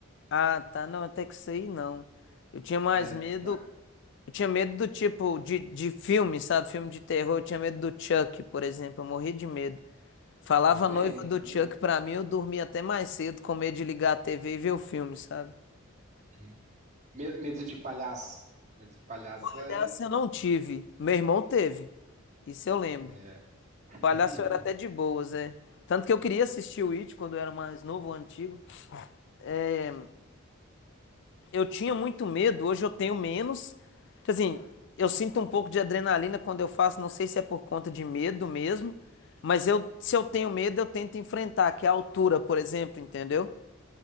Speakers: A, on the left; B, on the right.
A: Ah, tá. Não, até que isso aí não. Eu tinha mais
B: É,
A: medo.
B: mas,
A: Eu tinha medo do tipo de, de filme, sabe? Filme de terror. Eu tinha medo do Chuck, por exemplo. Eu morria de medo. Falava
B: também,
A: a noiva do
B: também.
A: Chuck pra mim, eu dormia até mais cedo, com medo de ligar a TV e ver o filme, sabe?
B: Uhum. Me- Medo de palhaço. Medo de palhaço
A: Palhaço
B: é...
A: eu não tive. Meu irmão teve. Isso eu lembro.
B: é. <laughs>
A: Palhaço eu era até de boas, é. Tanto que eu queria assistir o It quando eu era mais novo, o antigo. É, eu tinha muito medo, hoje eu tenho menos. Tipo Assim, eu sinto um pouco de adrenalina quando eu faço, não sei se é por conta de medo mesmo, mas eu, se eu tenho medo, eu tento enfrentar, que é a altura, por exemplo, entendeu?